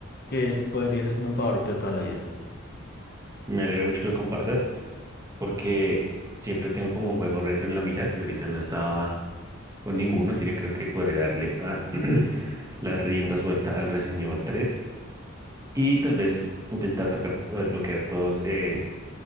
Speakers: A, on the left; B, on the right.
A: Que es- podría ser como un favorito de toda la vida.
B: Me alegra mucho que lo compartas. porque siempre tengo como un juego retro en la mira y ahorita no estaba con ninguno, así que creo que podré darle a <clears throat> la rienda suelta al Resident Evil tres y tal vez intentar sacar o desbloquear todos eh,